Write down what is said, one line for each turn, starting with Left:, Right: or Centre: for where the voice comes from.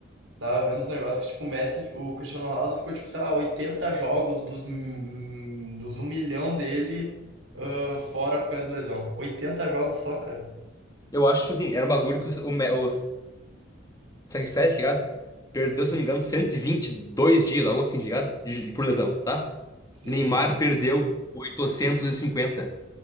Right: Tava vendo uns negócios que, tipo, o Messi, o Cristiano Ronaldo ficou, tipo, sei lá, 80 jogos dos, hum, dos um milhão dele ah, fora por causa de lesão. oitenta jogos só, cara.
Left: Eu acho, tipo assim, era um bagulho que o, o, Me- o CR7, ligado? Perdeu, se não me engano, 122 dias, algo assim, tá ligado? De- de- por lesão, tá?
Right: Sim,
Left: Neymar perdeu 850.